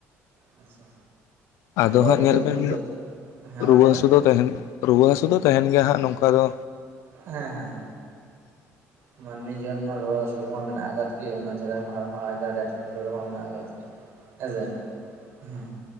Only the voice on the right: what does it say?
ᱟᱪᱪᱷᱟ
ᱛᱚ
ᱱᱤᱛᱚᱜ
ᱱᱤᱛᱚᱜ ᱦᱮᱸ ᱢᱟ
ᱞᱟᱹᱭ ᱵᱮᱱ
ᱦᱮᱸ ᱦᱮᱸ
ᱢᱟᱹᱱᱢᱤ ᱡᱤᱭᱚᱱ ᱢᱟ ᱨᱩᱣᱟᱹ ᱦᱟᱹᱥᱩ ᱠᱚᱢᱟ ᱢᱮᱱᱟᱜ ᱟᱠᱟᱫ ᱜᱮ ᱚᱱᱟ ᱪᱷᱟᱰᱟ ᱟᱨᱦᱚᱸ ᱟᱨᱦᱚᱸ ᱟᱡᱟᱨ ᱮᱴᱠᱮᱴᱚᱬᱮ ᱢᱟ ᱢᱮᱱᱟᱜ ᱟᱠᱟᱫ ᱦᱮᱸ ᱥᱮ ᱦᱩᱸ